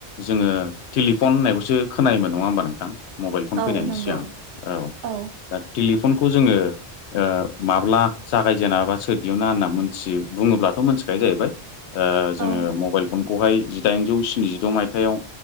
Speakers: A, on the left; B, on the right.
A: जोङो टेलिफन होननायखौसो खोनायोमोन नङा होमबा नोंथां मबाइल फन
B: औ
A: फैनायनि
B: नंगौ
A: सिगां औ।
B: औ
A: दा टेलिफनखौ जोङो ओ माब्ला जागायजेना बा सोर दिहुना होनना मिथियो बुङोब्लाथ' मोनथिखायो जाहैबाय। ओ
B: औ
A: जोङो मबाइल फनखौहाय जिदाइनजौ स्निजिद' मायथाइयाव